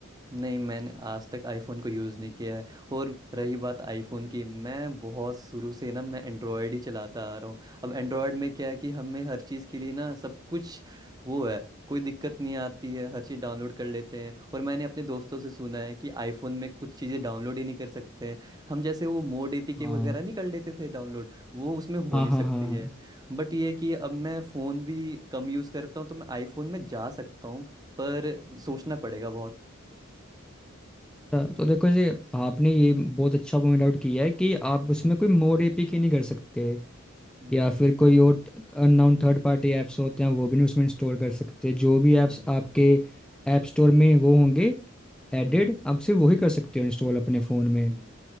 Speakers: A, on the right (about 20°); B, in the centre.
A: नहीं मैंने आज तक आईफोन को यूज़ नहीं किया है और रही बात आईफोन की मैं बहुत शुरू से ना मैं एंड्रॉयड ही चलाता आ रहा हूँ अब एंड्रॉयड में क्या है कि हमें हर चीज़ के लिए ना सब कुछ वो है कोई दिक्कत नहीं आती है हर चीज़ डाउनलोड कर लेते हैं और मैंने अपने दोस्तों से सुना है कि आईफोन में कुछ चीज़ें डाउनलोड ही नहीं कर सकते हैं हम जैसे वो मोड एपीके
B: हाँ
A: वगैरह नहीं कर लेते थे डाउनलोड वो उसमें हो
B: हाँ
A: नहीं
B: हाँ
A: सकती
B: हाँ हाँ
A: है बट ये है कि अब मैं फ़ोन भी कम यूज़ करता हूँ तो मैं आईफोन में जा सकता हूँ पर सोचना पड़ेगा बहुत
B: तो तो देखो जी आपने ये बहुत अच्छा पॉइंट आउट किया है कि आप उसमें कोई मोड एपीके नहीं कर सकते
A: हम्म।
B: या फिर कोई और अननोन थर्ड पार्टी ऐप्स होते हैं वो भी नहीं उसमें इंस्टॉल कर सकते जो भी
A: हम्म
B: ऐप्स आपके ऐप स्टोर में वो होंगे
A: हम्म
B: एडेड आप सिर्फ वही
A: हम्म
B: कर सकते हो इंस्टॉल अपने फ़ोन में
A: हम्म